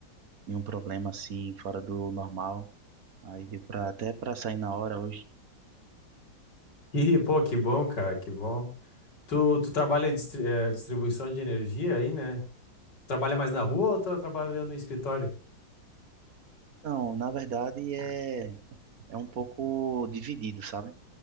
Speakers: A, on the right; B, on the left.
A: nenhum problema assim fora do normal. Aí deu pra, até pra sair na hora hoje.
B: <laughs> Ih, pô, que bom, cara, que bom. Tu, tu trabalha distri eh, distribuição de energia aí, né? Trabalha mais na rua ou tu trabalha dentro do escritório?
A: Então, na verdade, é, é um pouco dividido, sabe?